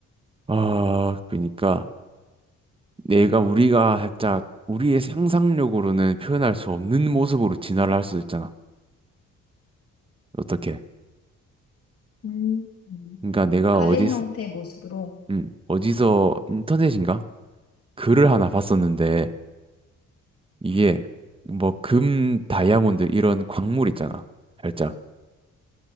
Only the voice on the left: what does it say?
음.
다른
형태의 모습으로.